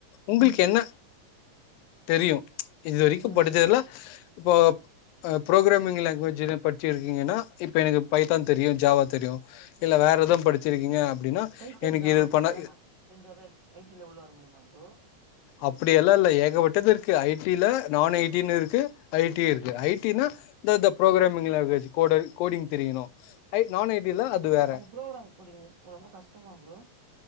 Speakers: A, on the left; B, on the right.
A: உங்களுக்கு
B: ம்
A: என்ன தெரியு இது வரைக்கு
B: ம்
A: படிச்சதுல இப்போ ஆ ப்ரோக்ரமிங் லாங்குவேஜ்யின படிச்சிருக்கீங்கன்னா இப்ப எனக்கு பைதான் தெரியு ஜாவா தெரியு இல்ல வேற எதவும் படிச்சிருக்கீங்க அப்டின்னா
B: பைத்தன்
A: எனக்கு
B: ஜாவா
A: இது
B: தெரிஞ்சாதா
A: பண்ண
B: ச செரிஞ்சாதா ஐ டீ ல உள்ள வர முடியுமா ப்ரோ
A: அப்டியெல்லா இல்ல ஏகப்பட்டது இருக்கு ஐ டீ ல நான் ஐ டீ னுருக் கு ஐ டீ இருக்கு ஐ டீ னா த த புரோகிராமிங் லாங்வேஜ் கோடல் கோடிங் தெரியணு அய் நான் ஐ டி ல
B: அது
A: வேற
B: அந்த ப்ரோக்ராம் கோடிங் ரொம்ப கஷ்டமா ப்ரோ